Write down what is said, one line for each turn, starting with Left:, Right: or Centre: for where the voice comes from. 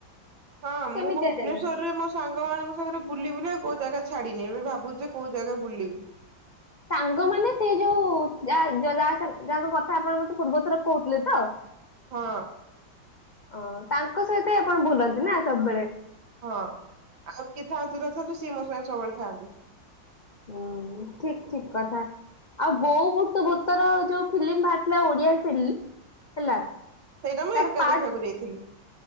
Right: ହଁ ମୁଁ
Left: କେମିତିଆ
Right: ଭୁବନେଶ୍ୱର
Left: ଜାଗା
Right: ରେ ମୋ ସାଙ୍ଗ ମାନଙ୍କ ସାଙ୍ଗରେ ବୁଲି ବୁଲି କୋଉ ଜାଗା ଛାଡିନି ଏବେ ଭାବୁଛି କୋଉ ଜାଗା ବୁଲିବି।
Left: ସାଙ୍ଗମାନେ ସେ ଯୋଉ ଯ ଯା ଯଙ୍କ କଥା ଆପଣ ମତେ ପୂର୍ବ ଥର କହୁଥିଲେ ତ
Right: ହଁ
Left: ଓ ତାଙ୍କ ସହିତ ଆପଣ ଭୁଲନ୍ତି ନା ସବୁବେଳେ
Right: ହଁ ଆଉ କିଏ ଥାନ୍ତୁ ନଥାନ୍ତୁ ସିଏ ମୋ ସିଏ ସବୁବେଳେ ଥାଆନ୍ତି।
Left: ହୁଁ ଠିକ ଠିକ କଥା ଆଉ
Right: ହଁ
Left: ବୋଉ ମ ତ ତର ଯୋଉ ଫିଲ୍ମ ବାହାରିଥିଲା ଓଡିଆ ଫିଲ୍ମ ହେଲା
Right: ହଁ ସେଇଟା ମୁଁ
Left: ତାର
Right: ଏକା
Left: ପ
Right: ଦେଖିବାକୁ ଯାଇଥିଲି।